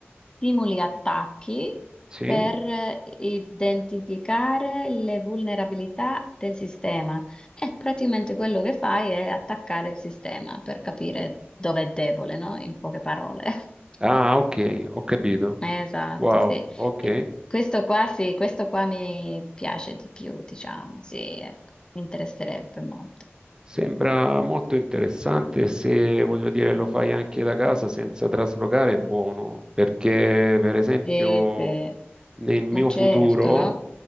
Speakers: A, on the left (about 20°); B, on the right (about 20°).
A: simuli attacchi
B: Sì?
A: per identificare le vulnerabilità del sistema. E praticamente quello che fai è attaccare il sistema per capire dove è debole, no? In poche parole. <laughs>
B: Ah, ok, ho capito.
A: Eh, Esatto,
B: Wow,
A: sì.
B: ok.
A: E questo qua sì, questo qua mi piace di più, diciamo, sì, ecco, mi interesserebbe molto.
B: Sembra molto interessante e se, voglio dire, lo fai anche da casa senza traslocare, è buono, perché per esempio
A: Sì, sì.
B: nel mio
A: Ma certo,
B: futuro,
A: no?